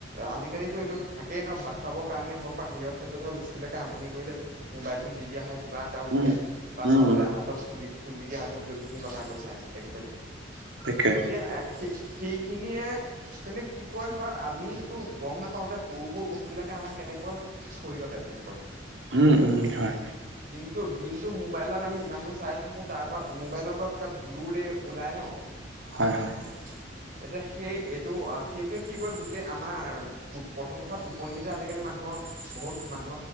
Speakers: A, on the right; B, on the right.
A: আজিকালিতো এইটো থাকেই ন, ভাত খুৱাব কাৰণে হওক বা হিৰৰ ক্ষেত্ৰত হও ল'ৰাোৱালীবিলাকে আমনি কৰিলে মোবাইলটো দি দিয়া হয় কিবা এটা উলিয়াই
B: উম
A: বা
B: উম
A: চাবলৈ
B: উম
A: হাতত তুলি, তুলি দিয়া হাত যোনখিনি কথা কৈছা একচুৱেলী
B: তাকে
A: এতিয়া সেই সেইখিনিয়ে মাননে কি কয় হয় আমো গম নাপাওঁ যে সৰু সৰু বস্তু বিলাকে আমাক কেনেকৈ খুৰিও তাকে কয়।
B: উম, উম হয়।
A: দিনতটো মোবাইলত আমি যিমানবোৰ চাই থাকো তাৰ পৰা মোবাইলৰ পৰা দুটা ব্লু ৰে ওলাই ন
B: হয় হয়
A: শনে <unintelligible> এতিয়া সেই এইটো সেইটোৱে কি কয় গোটেই আমাৰ প্ৰথম কথা টোপনি যে আজিকালি মানুহৰ বহুত মানুহ